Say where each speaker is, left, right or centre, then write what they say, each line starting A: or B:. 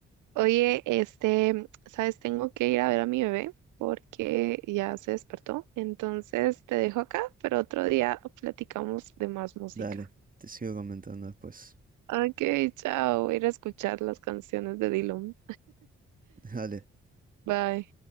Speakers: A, on the right; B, on the right.
A: Oye, este, sabes, tengo que ir a ver a mi bebé porque ya se despertó. Entonces te dejo acá, pero otro día platicamos de más música.
B: Dale, te sigo comentando después.
A: Ok, chao. Voy a ir a escuchar las canciones de Dylan.
B: <laughs> Dale.
A: Bye.